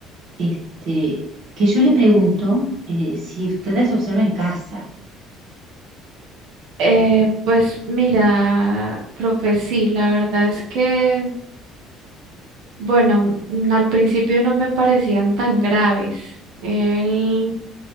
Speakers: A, on the right; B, on the right.
A: este, que yo le pregunto eh, si usted las observa en casa.
B: Eh, pues mira, profe, sí, la verdad es que, bueno, mm, al principio no me parecían tan graves. Él